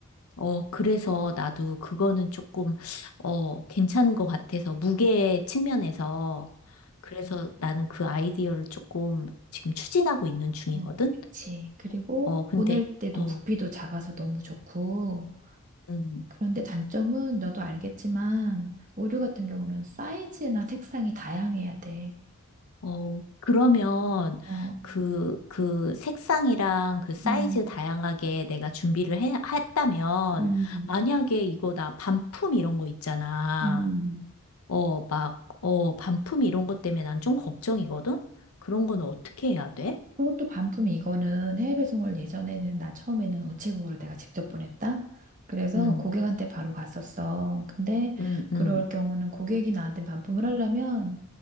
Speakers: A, on the left (about 75°); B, on the right (about 35°).
A: 어, 그래서 나도 그거는 조금, 어, 괜찮은 것 같아서, 무게 측면에서. 그래서 나는 그 아이디어를 조금 지금 추진하고 있는 중이거든?
B: 어, 그치. 그리고
A: 어, 근데,
B: 보낼 때도
A: 어,
B: 부피도 작아서 너무 좋고.
A: 음.
B: 그런데 단점은 너도 알겠지만, 의류 같은 경우는 사이즈나 색상이 다양해야 돼.
A: 어, 그러면
B: 어,
A: 그, 그 색상이랑 그 사이즈
B: 음.
A: 다양하게 내가 준비를 해, 했다면,
B: 음,
A: 만약에 이거 나 반품 이런 거 있잖아.
B: 음,
A: 어, 막, 어, 반품 이런 것 때문에 난 좀 걱정이거든? 그런 거는 어떻게 해야 돼?
B: 그것도 반품 이거는 해외 배송을 예전에는 나 처음에는 우체국으로 내가 직접 보냈다. 그래서
A: 음,
B: 고객한테 바로 갔었어. 근데
A: 음,
B: 그럴
A: 음.
B: 경우는 고객이 나한테 반품을 하려면